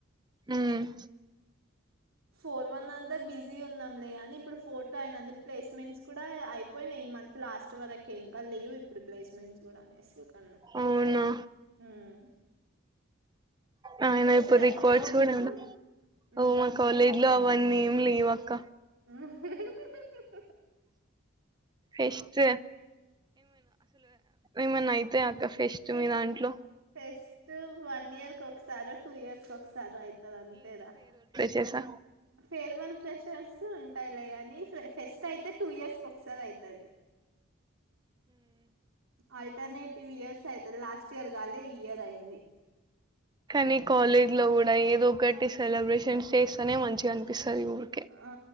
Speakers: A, on the right (about 20°); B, on the right (about 70°).
A: ఉమ్
B: ఫోర్ వన్ అంతా బిజీ ఉన్నాంలే అని ఇప్పుడు ఫోర్ టు అయినందు ప్లేస్మెంట్స్ కూడా అయిపోయినాయి ఈ మంత్ లాస్ట్ వరకే ఇంకా లేవు ఇప్పుడు ప్లేస్మెంట్స్ గూడా అనేసి కన్నా
A: అవునా
B: ఉమ్
A: ఆ అయిన
B: మీకు వస్తాయా
A: ఇప్పుడు రిక్వెస్ట్
B: ప్లేస్మెంట్స్
A: కూడా అవు
B: ఉమ్
A: మా కాలేజ్ లో వన్నీం లీవ్ అక్క
B: ఆ
A: ఫెస్ట్ ఏమన్నా అయితే అక్క ఫెస్ట్ మీ దాంట్లో
B: ఫెస్ట్ వన్ ఇయర్ కో సర్ సారా టూ ఇయర్స్ వక సారా అయితాది అంతేరా
A: చేసా
B: ఫేర్మల్ ఫెషర్స్ ఉంటాయిలే గాని ఫెస్ యితే టూ ఇయర్స్కి ఒక్కసారి అయితే ఆల్టర్నే టు ఇయర్స్ అయితది లాస్ట్ ఇయర్ కాలే ఈ ఇయర్ అయింది
A: కానీ కాలేజ్ లో కూడా ఏదో ఒకటి సెలబ్రేషన్ చేస్తనే మంచిగా అనిపిస్తుంది సరి ఊరికే
B: ఆ